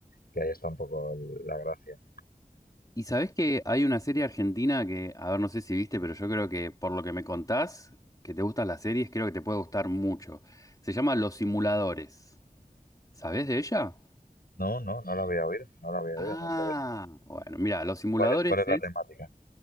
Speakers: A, on the left; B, on the left.
A: que ahí está un poco el- la gracia.
B: Y sabés que hay una serie argentina que, a ver, no sé si viste, pero yo creo que por lo que me contás, que te gustan las series, creo que te puede gustar mucho. Se llama Los Simuladores. ¿Sabés de ella?
A: No, no, no lo había oído, no lo había oído,
B: Ah,
A: me interesa.
B: bueno, mira, Los Simuladores
A: ¿Cuál es, cuál es
B: es
A: la temática?